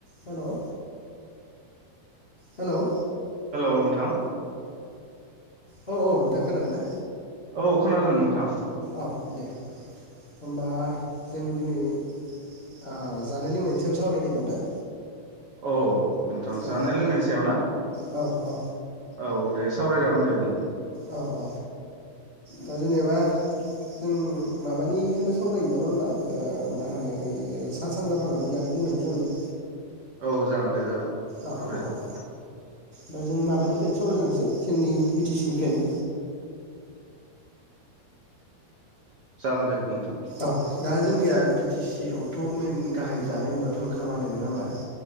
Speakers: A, on the left; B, on the right.
A: हेल' hello
B: hello नोंथां
A: औ औ नोंथां खोनादोना?
B: औ खोनादों नोंथां।
A: औ दे होनबा जों दिनै ओ जानाय लोंनायनि सायाव सावरायनायनि होनबा ना?
B: औ नोंथां
A: औ
B: जानाय लोंनायनि सायाव ना
A: औ औ
B: औ। दे सावरायजागोन दे बुं।
A: औ औ दा जेनेबा जों माबानिखोनो सावरायनि नामा होमबा मा होनो ओ सा सानजा भारतनि जानाय लोंनायनि सोमोन्दै।
B: औ जागोन दे जागोन।
A: औ
B: सावराय
A: औ
B: जागोन।
A: औ दा जों माबानिफ्रायनो सावरायलांसै जोंनि बि टि सि निफ्रायनो
B: जागोन दे। नोंथां।
A: औ दा जोंनिया बि टि सि आवथ' मेन गाहाय जानाय होनबाथ' ओंखामानो नङा होमबा?